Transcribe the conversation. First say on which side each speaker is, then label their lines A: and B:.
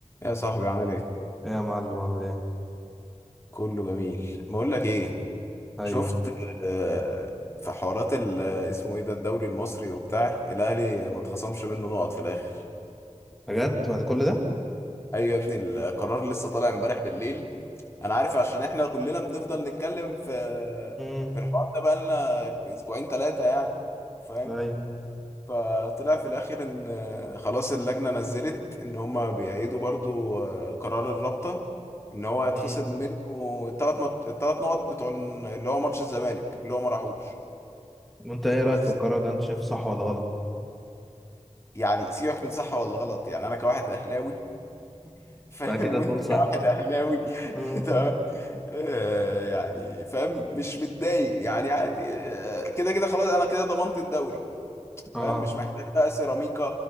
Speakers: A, on the left (about 20°); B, in the centre.
A: يا صاحبي عامل ايه؟
B: ايه يا معلم عامل ايه
A: كله جميل بقول لك ايه
B: ايوه
A: شفت آه، في حوارات ال- آه، اسمه ايه ده الدوري المصري وبتاع الاهلي ما اتخصمش منه نقط في الاخر
B: بجد بعد كل ده
A: ايوه يا ابني القرار لسه طالع امبارح بالليل انا عارف عشان احنا كلنا بنفضل نتكلم في
B: امم
A: في الحوار ده بقالنا اسبوعين ثلاثة يعني فاهم
B: ايوه
A: فطلع في الاخر ان آه، خلاص اللجنه نزلت ان هما بيأيدوا برضو آه، قرار الرابطه ان هو
B: امم
A: يتخسر منه الثلاث نقط الثلاث نقط بتوع ال- اللي هو ماتش الزمالك اللي هو ما راحوش
B: وانت ايه
A: بس
B: رايك في القرار ده انت شايفه صح ولا غلط
A: يعني سيبك من صح ولا غلط يعني انا كواحد اهلاوي <laughs> فاهم
B: انت كده
A: وانت
B: تقول صح
A: كواحد اهلاوي <laughs>
B: امم
A: تمام آه، يعني فاهم مش متضايق يعني عادي آه، كده كده خلاص انا كده ضمنت الدوري
B: اه
A: فاهم مش محتاج بقى سيراميكا